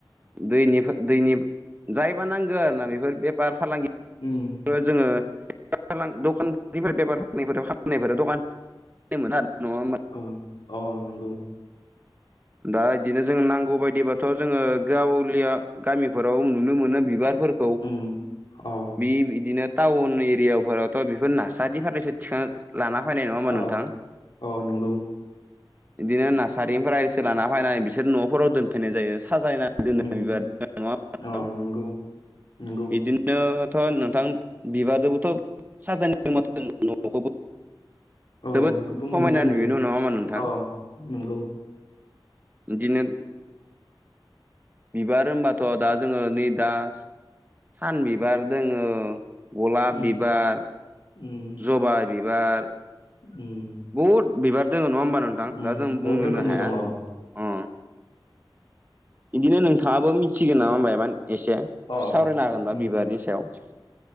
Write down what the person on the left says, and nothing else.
उम
औ अ नंगौ
उम अ
अ
अ नंगौ
उम
अ नंगौ नंगौ
अ
नोंखौबो मोजाङै
दोननो
हायो
अ नंगौ
उम
उम
उम
उम
बहुद रोखोमनि
दङ अ
अ
उम